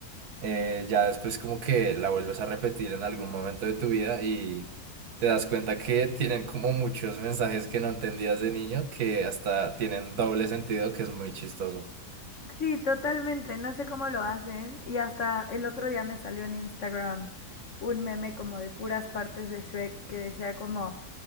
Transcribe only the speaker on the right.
eh, ya después como que la vuelves a repetir en algún momento de tu vida y te das cuenta que tienen como muchos mensajes que no entendías de niño que hasta tienen doble sentido, que es muy chistoso.